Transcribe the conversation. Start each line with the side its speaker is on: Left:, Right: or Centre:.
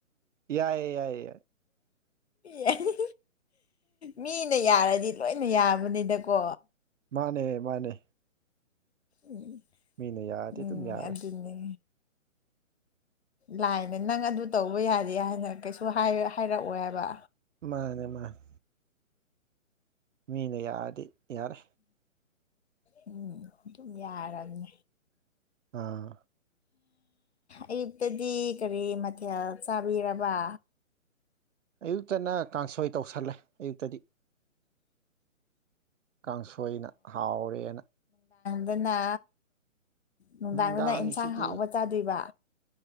Right: ꯌꯥꯏꯌꯦ ꯌꯥꯏꯌꯦ
Left: ꯍꯥ ꯍꯦ ꯃꯤꯅ ꯌꯥꯔꯗꯤ ꯂꯣꯏꯅ ꯌꯥꯕꯅꯤꯗꯀꯣ
Right: ꯃꯥꯅꯦ ꯃꯥꯅꯦ
Left: ꯎꯝ
Right: ꯃꯤꯅ ꯌꯥꯔꯗꯤ
Left: ꯎꯝ
Right: ꯑꯗꯨꯝ ꯌꯥꯔꯦ
Left: ꯑꯗꯨꯅꯦ ꯂꯥꯏꯅ ꯅꯪ ꯑꯗꯨ ꯇꯧꯕ ꯌꯥꯗꯦ ꯍꯥꯏꯅ ꯀꯩꯁꯨ ꯍꯥꯏꯔꯛꯑꯣꯏꯕ
Right: ꯃꯥꯅꯦ ꯃꯥꯅꯦ ꯃꯤꯅ ꯌꯥꯔꯗꯤ ꯌꯥꯔꯦ
Left: ꯎꯝ ꯑꯗꯨꯝ ꯌꯔꯝꯅꯤ
Right: ꯑꯥ
Left: ꯑꯌꯨꯛꯇꯗꯤ ꯀꯔꯤ ꯃꯊꯦꯜ ꯆꯥꯕꯤꯔꯕ
Right: ꯑꯌꯨꯛꯇꯅ ꯀꯥꯡꯁꯣꯏ ꯇꯧꯁꯤꯜꯂꯦ ꯑꯌꯨꯛꯇꯗꯤ ꯀꯥꯡꯁꯣꯏꯅ ꯍꯥꯎꯔꯦꯅ
Left: ꯑꯗꯨꯅ ꯅꯨꯡꯗꯥꯡꯗꯅ
Right: ꯅꯨꯡꯗꯥꯡꯁꯤꯗꯤ
Left: ꯑꯦꯟꯁꯥꯡ ꯍꯥꯎꯕ ꯆꯥꯗꯣꯏꯕ